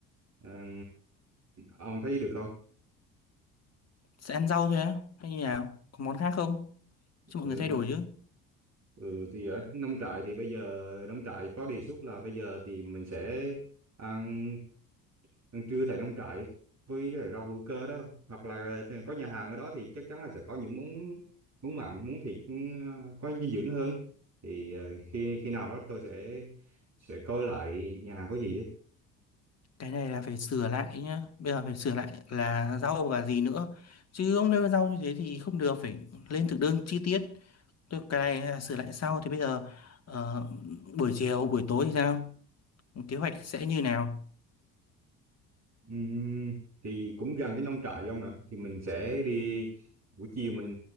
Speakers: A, on the right; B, on the left.
A: À, ông thấy được không?
B: Sẽ ăn rau thôi á hay như nào? Có món khác không? Cho
A: Ừ,
B: mọi người thay
A: n-
B: đổi chứ.
A: ừ, thì ở nông trại thì bây giờ nông trại có đề xuất là bây giờ thì mình sẽ ăn, ăn trưa tại nông trại với lại rau hữu cơ đó hoặc là ờ, có nhà hàng ở đó thì chắc chắn là sẽ có những món món mặn món thịt món, ờ, có dinh dưỡng hơn thì ờ, khi khi nào đó tôi sẽ sẽ coi lại nhà hàng có gì ấy.
B: Cái này là phải sửa lại nhá. Bây giờ phải sửa lại là rau và gì nữa. Chứ ông nêu rau như thế thì không được phải lên thực đơn chi tiết. Tức cái này hay sửa lại sau thì bây giờ ờ, buổi chiều buổi tối thì sao kế hoạch sẽ như nào
A: Ừm, thì cũng gần cái nông trại ông nè thì mình sẽ đi buổi chiều mình